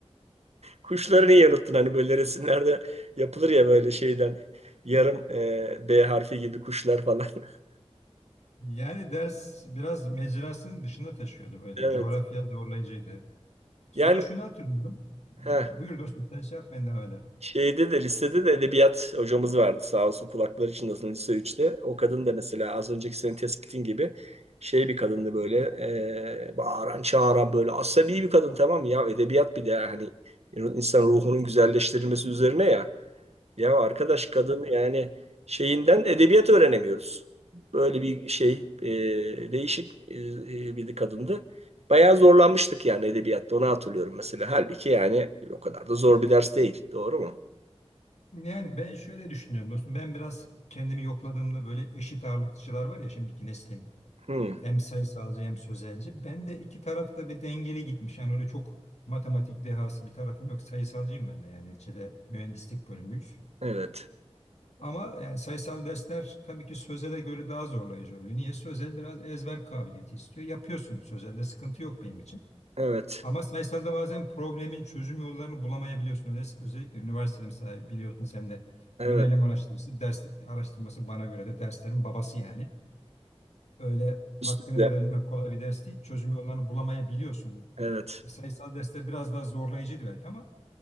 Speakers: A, on the right; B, on the left.
A: Kuşları niye unuttun? Hani böyle resimlerde yapılır ya böyle şeyden. Yarım e, B harfi gibi kuşlar falan. <laughs>
B: Yani ders biraz mecrasının dışına taşıyordu böyle.
A: Evet.
B: Coğrafya zorlayıcıydı. Sonra
A: Yani
B: şunu hatırlıyorum.
A: heh,
B: Ee, buyur dostum sen şey yap ben devam ederim.
A: şeyde de lisede de edebiyat hocamız vardı sağ olsun kulakları çınlasın lise üçte. O kadın da mesela az önceki senin tespitin gibi şey bir kadındı böyle e, bağıran çağıran böyle asabi bir kadın tamam mı? Ya edebiyat bir de hani insan ruhunun güzelleştirilmesi üzerine ya. Ya arkadaş kadın yani şeyinden edebiyat öğrenemiyoruz. Böyle bir şey e, değişik e, e, bir kadındı. Bayağı zorlanmıştık yani edebiyatta onu hatırlıyorum mesela. Halbuki yani o kadar da zor bir ders değil. Doğru mu?
B: Yani ben şöyle düşünüyorum dostum. Ben biraz kendimi yokladığımda böyle eşit ağırlıkçılar var ya şimdiki neslin.
A: Hmm,
B: Hem sayısalcı hem sözelci. Ben de iki tarafta bir dengeli gitmiş. Yani öyle çok matematik dehası bir tarafım yok. Sayısalcıyım ben de yani neticede mühendislik bölümüyüz.
A: evet.
B: Ama yani sayısal dersler tabii ki sözele göre daha zorlayıcı oluyor. Niye? Sözel biraz ezber kabiliyeti istiyor. Yapıyorsun. Sözelde sıkıntı yok benim için.
A: Evet.
B: Ama sayısalda bazen problemin çözüm yollarını bulamayabiliyorsun. Öyle, özellikle üniversitede mesela biliyorsun sen de
A: Evet.
B: yönelim araştırması, ders araştırması bana göre de derslerin babası yani. Öyle hakkını
A: üstünde
B: verebilmek kolay bir ders değil. Çözüm yollarını bulamayabiliyorsun.
A: Evet.
B: E, sayısal dersler biraz daha zorlayıcıydı belki ama